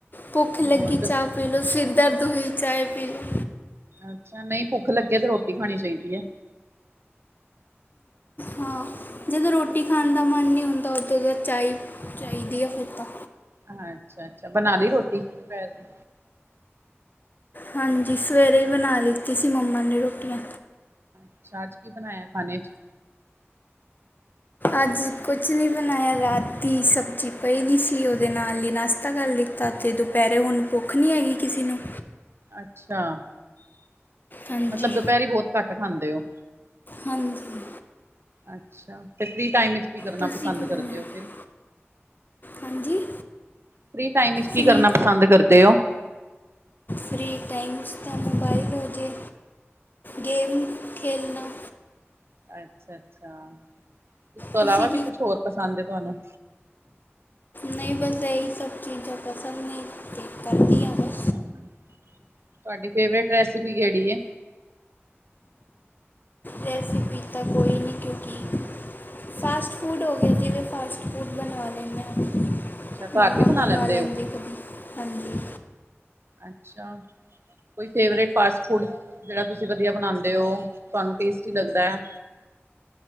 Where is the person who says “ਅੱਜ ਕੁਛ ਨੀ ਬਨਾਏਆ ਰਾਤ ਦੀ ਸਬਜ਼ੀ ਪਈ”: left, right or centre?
Left